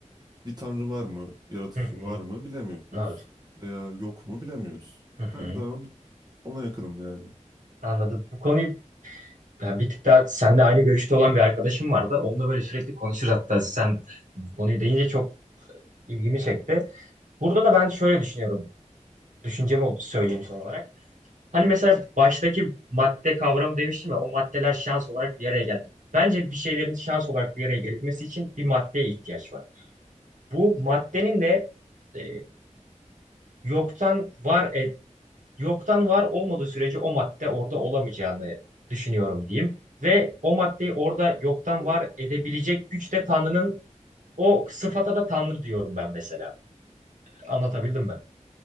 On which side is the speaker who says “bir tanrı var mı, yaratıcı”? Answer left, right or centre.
Right